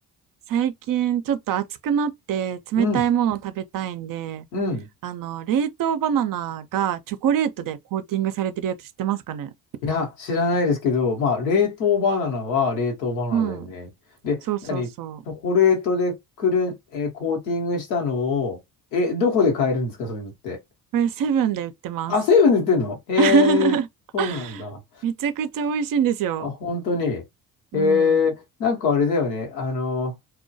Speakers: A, on the right; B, on the left.
A: 最近ちょっと暑くなって冷たいものを食べたいんで、
B: うん、うん。
A: あの、冷凍バナナがチョコレートでコーティングされてるやつ知ってますかね
B: いや、知らないですけど、まあ、冷凍バナナは冷凍バナナだよね。
A: うん。
B: で、
A: そうそうそう。
B: 何チョコレートでくるん、えーコーティングしたのを、え、どこで買えるんですかそういうのって。
A: これセブンで売ってます。
B: あ、セブンで売ってんのへえ、
A: <laughs>
B: そうなんだ。
A: めちゃくちゃ美味しいんですよ。
B: あ、本当に。へえ、
A: うん。
B: なんかあれだよね。あの、